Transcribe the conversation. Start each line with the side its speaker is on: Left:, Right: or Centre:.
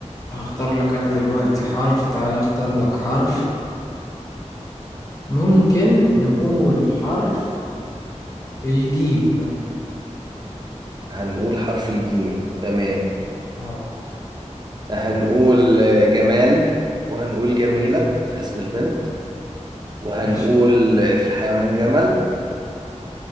Left: هختار لك أنا دلوقتي حرف تعالى أختار لك حرف ممكن نقول حرف الجيم
Right: هنقول حرف الجيم تمام
Left: اه
Right: هنقول جمال وهنقول جميلة في اسم البنت وهنقول
Left: ماشي
Right: في الحيوان جمل